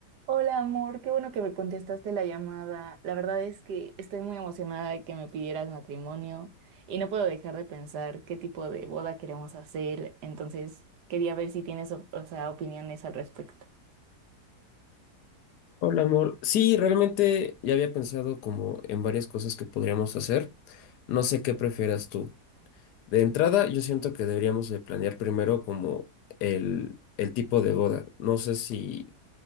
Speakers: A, on the right (about 85°); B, on the left (about 80°).
A: Hola amor, qué bueno que me contestaste la llamada. La verdad es que estoy muy emocionada de que me pidieras matrimonio y no puedo dejar de pensar qué tipo de boda queremos hacer. Entonces, quería ver si tienes, o o sea, opiniones al respecto.
B: Hola, amor. Sí, realmente ya había pensado como en varias cosas que podríamos hacer. No sé qué prefieras tú. De entrada, yo siento que deberíamos de planear primero como el, el tipo de boda. No sé si